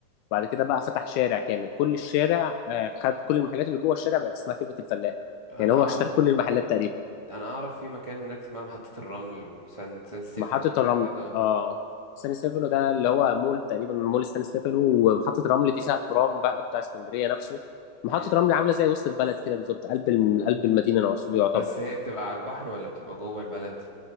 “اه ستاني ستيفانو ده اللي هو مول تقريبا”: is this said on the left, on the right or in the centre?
Left